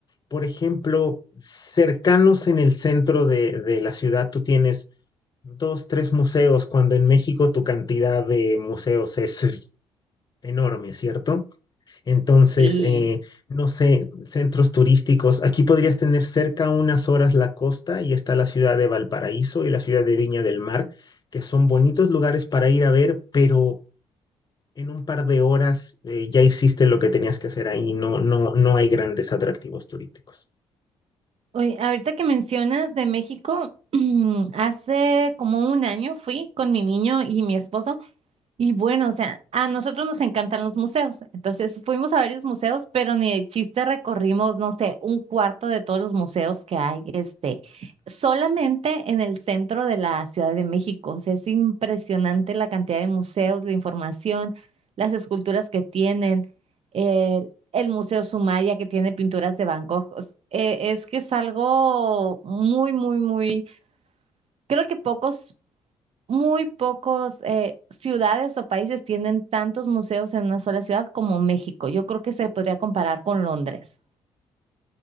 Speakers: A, on the left; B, on the right.
A: por ejemplo, cercanos en el centro de, de, la ciudad, tú tienes dos, tres museos, cuando en México tu cantidad de museos es enorme, ¿cierto? Entonces,
B: Y
A: eh, no sé, centros turísticos, aquí podrías tener cerca unas horas la costa y está la ciudad de Valparaíso y la ciudad de Viña del Mar, que son bonitos lugares para ir a ver, pero en un par de horas eh, ya hiciste lo que tenías que hacer ahí, no, no, no hay grandes atractivos turísticos.
B: oye, ahorita que mencionas de México, <clears throat> hace como un año fui con mi niño y mi esposo. Y bueno, o sea, a nosotros nos encantan los museos. Entonces fuimos a varios museos, pero ni de chiste recorrimos, no sé, un cuarto de todos los museos que hay, este, solamente en el centro de la Ciudad de México. O sea, es impresionante la cantidad de museos, la información, las esculturas que tienen, eh, el Museo Sumaya que tiene pinturas de Van Gogh. O s- eh, es que es algo muy, muy, muy, creo que pocos muy pocos eh, ciudades o países tienen tantos museos en una sola ciudad como México. Yo creo que se podría comparar con Londres.